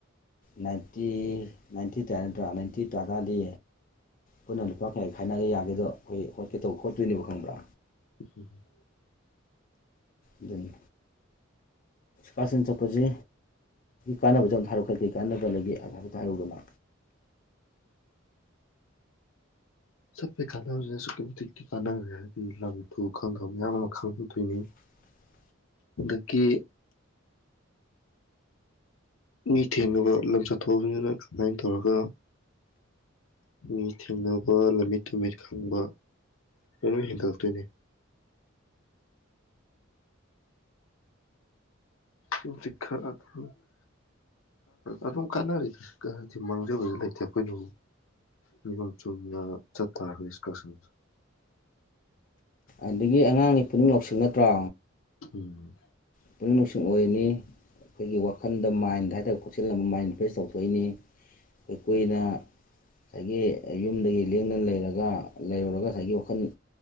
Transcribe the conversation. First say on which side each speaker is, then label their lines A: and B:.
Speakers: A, on the left; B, on the left.
A: ꯅꯥꯏꯟꯇꯤ ꯅꯥꯏꯟꯇꯤ ꯇꯥꯏ ꯅꯠꯇ꯭ꯔꯣ ꯅꯥꯏꯟꯇꯤ ꯇꯥꯔꯥꯗꯤ ꯄꯨꯟꯅꯥ ꯂꯨꯄꯥ ꯀꯌꯥ ꯈꯥꯏꯅꯔꯥ ꯌꯥꯒꯦꯗꯣ ꯑꯩꯈꯣꯏ ꯍꯣꯠꯀꯦ ꯇꯧꯕ ꯈꯣꯠꯇꯣꯏꯅꯦꯕ ꯈꯪꯕ꯭ꯔꯥ
B: ꯎꯝ
A: ꯑꯗꯨ ꯀꯥꯛꯁꯟ ꯆꯠꯄꯁꯦ ꯀꯥꯟꯅꯕꯁꯦ ꯑꯝꯇꯥ ꯍꯥꯏꯔꯛꯑꯣ ꯀꯩ ꯀꯩ ꯀꯥꯟꯅꯕ ꯂꯩꯒꯦ ꯍꯥꯏꯐꯦꯠꯇꯥ ꯍꯥꯏꯔꯛꯎꯗꯅ
B: ꯆꯠꯄꯩ ꯀꯥꯟꯅꯕꯁꯦ ꯑꯁꯨꯛꯀꯤ ꯃꯇꯤꯛ ꯀꯥꯟꯅꯈ꯭ꯔꯦ ꯂꯝꯇꯨ ꯈꯪꯗꯦ ꯑꯃꯥ ꯈꯪꯍꯧꯗꯣꯏꯅꯤ
A: <inaudible>
B: ꯑꯗꯥꯒꯤ ꯃꯤ ꯊꯦꯡꯅꯕ ꯂꯝ ꯆꯠꯊꯣꯛꯑꯕꯅꯤꯅ ꯀꯃꯥꯏꯅ ꯇꯧꯔꯒ ꯃꯤ ꯊꯦꯡꯅꯕ ꯂꯝꯃꯤꯠ ꯇꯨꯃꯤꯠ ꯈꯪꯕ ꯂꯣꯏ ꯍꯦꯟꯒꯠꯂꯛꯇꯣꯏꯅꯦ <unintelligible> ꯑꯗꯨꯝ ꯀꯥꯟꯅꯔꯤ ꯃꯥꯡꯖꯕꯗꯤ ꯂꯩꯇꯦ ꯑꯩꯈꯣꯏ ꯅꯤꯌꯣꯝ ꯆꯨꯝꯅ ꯆꯠꯇꯥꯔꯥꯗꯤ ꯏꯁꯀꯥꯁꯟ
A: ꯑꯗꯒꯤ ꯑꯉꯥꯡꯒꯤ ꯄꯨꯛꯅꯤꯡ ꯂꯧꯁꯤꯡ ꯅꯠꯇ꯭ꯔꯥ
B: ꯎꯝ
A: ꯄꯨꯛꯅꯤꯡ ꯅꯨꯡꯁꯤꯡ ꯑꯣꯏꯅꯤ ꯑꯩꯈꯣꯏꯒꯤ ꯋꯥꯈꯟꯗ ꯃꯥꯏꯟꯗ ꯍꯥꯏꯇꯥꯔꯦ ꯈꯣꯆꯤ ꯑꯃ ꯃꯥꯏꯟ ꯔꯤꯐ꯭ꯔꯦꯁ ꯇꯧꯊꯣꯛꯏꯅꯤ ꯑꯗꯨꯛ ꯀꯨꯏꯅꯥ ꯉꯁꯥꯏꯒꯤ ꯌꯨꯝꯗꯒꯤ ꯂꯦꯡꯗꯅ ꯂꯩꯔꯒ ꯂꯩꯔꯨꯔꯒ ꯉꯁꯥꯏꯒꯤ ꯋꯥꯈꯜ